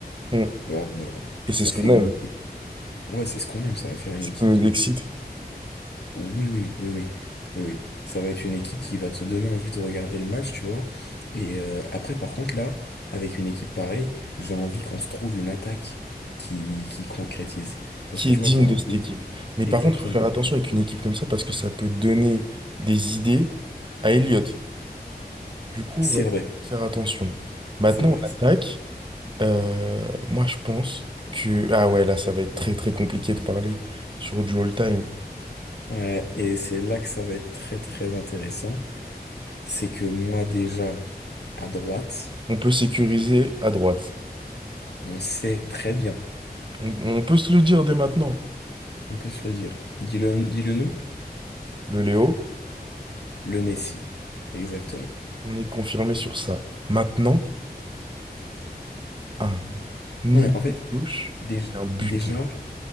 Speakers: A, on the right; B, on the left.
A: Hmm,
B: Genre, euh,
A: Et c'est
B: ça
A: ce
B: fait
A: qu'on aime,
B: une équipe. Ouais, c'est ce qu'on aime, ça va faire une
A: ce
B: équipe
A: qui nous
B: de
A: excite.
B: Oui, oui, oui, oui, oui, oui. Ça va être une équipe qui va te donner envie de regarder le match, tu vois. Et euh, après, par contre, là, avec une équipe pareille, j'ai envie qu'on se trouve une attaque qui, qui concrétise. Parce
A: qui
B: que
A: est
B: tu
A: digne
B: vois, t'as
A: de
B: un...
A: cette équipe. Mais
B: Exactement.
A: par contre, il faut faire attention avec une équipe comme ça parce que ça peut donner des idées à Elliott. Du coup,
B: C'est
A: va
B: vrai,
A: faire attention. Maintenant,
B: c'est vrai.
A: on attaque. Euh, moi, je pense que... Ah ouais, là, ça va être très très compliqué de parler sur du all-time.
B: Ouais, et c'est là que ça va être très, très intéressant. C'est que moi, déjà, à droite,
A: On peut sécuriser à droite.
B: on sait très bien,
A: On, on peut se le dire dès maintenant.
B: on peut se le dire. Dis-le, dis-le nous,
A: Le Léo,
B: le Messi. Exactement.
A: on est confirmé sur ça. Maintenant, un nez
B: Non, mais en fait,
A: touche
B: dé-
A: et un buteur.
B: déjà...